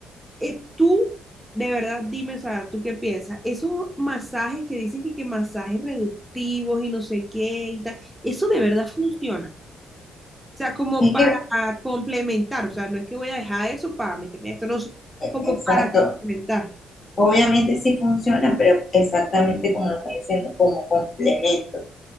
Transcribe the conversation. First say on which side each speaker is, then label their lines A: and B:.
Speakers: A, in the centre; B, on the left.
A: eh, tú, de verdad, dime, o sea, ¿tú qué piensas? Esos masajes que dicen que, que masajes reductivos y no sé qué y tal, ¿eso de verdad funciona? o sea, como
B: Es
A: para
B: que,
A: complementar, o sea, no es que voy a dejar eso para meterme a esto, no, sé,
B: e-
A: como
B: exacto,
A: para complementar.
B: obviamente sí funciona, pero exactamente como lo estás diciendo, como complemento.